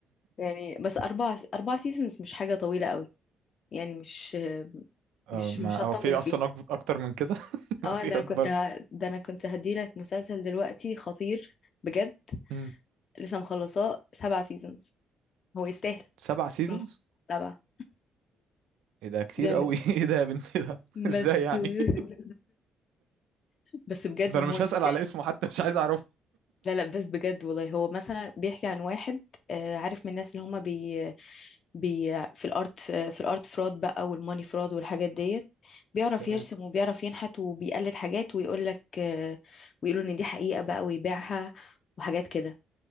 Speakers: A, on the left; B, on the right.
A: يعني بس اربع اربع سيزونز مش حاجه طويله قوي يعني مش
B: آه
A: مش
B: ما
A: مش هتطول
B: هو في اصلا
A: فيه
B: أكب- اكتر من كده <laughs>
A: اه
B: لو في
A: ده انا
B: اكبر
A: كنت ه... ده انا كنت هديلك مسلسل دلوقتي خطير بجد
B: مم.
A: لسه مخلصاه سبع سيزونز هو يستاهل
B: سبع سيزونز
A: صح سبعة
B: ايه ده كتير
A: جامد
B: قوي <laughs> ايه ده يا بنت ده <laughs> ازاي
A: بس
B: يعني
A: <laughs>
B: <laughs>
A: بس بجد
B: ده
A: ما
B: انا
A: هو
B: مش
A: يستاهل
B: هسأل على اسمه حتى مش عايز اعرفه
A: لا لا بس بجد والله هو مثلا بيحكي عن واحد آه، عارف من الناس اللي هما بي بي في الارت في الارت فراد بقى والماني فراد والحاجات ديت بيعرف
B: تمام
A: يرسم وبيعرف ينحت وبيقلد حاجات ويقول لك آه، ويقولوا ان دي حقيقة بقى ويبيعها وحاجات كده